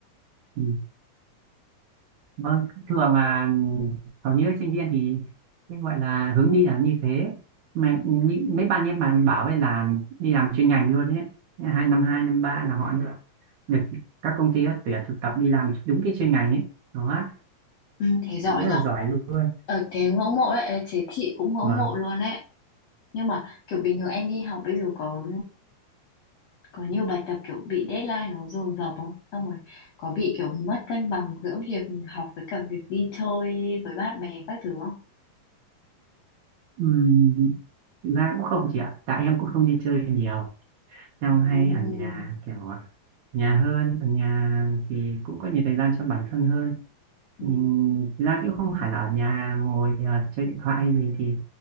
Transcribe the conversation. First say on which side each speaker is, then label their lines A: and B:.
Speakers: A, on the right (about 75°); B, on the left (about 75°).
A: Ừ. Vâng, thường là hầu như sinh viên thì cái gọi là hướng đi là như thế mà như, mấy bạn em mà bảo ấy là đi làm chuyên ngành luôn ấy hai năm hai năm ba là họ được được các công ty tuyển thực tập đi làm đúng cái chuyên ngành ấy đó
B: ừ, thế giỏi
A: rất
B: nhở
A: là giỏi luôn
B: ờ thế ngưỡng mộ đấy ờ, thế chị cũng ngưỡng
A: vâng
B: mộ luôn đấy nhưng mà kiểu bình thường em đi học bây giờ có có nhiều bài tập kiểu bị deadline nó dồn dập không xong rồi có bị kiểu mất cân bằng giữa việc học với cả việc đi chơi với bạn bè các thứ không
A: Ừm, thực ra cũng không chị ạ tại em cũng không đi chơi nhiều em
B: Ừm,
A: hay ở nhà kiểu nhà hơn ở nhà thì cũng có nhiều thời gian cho bản thân hơn
B: ừm,
A: Ừm, thực ra thì cũng không hẳn là ở nhà ngồi ờ, chơi điện thoại hay gì thì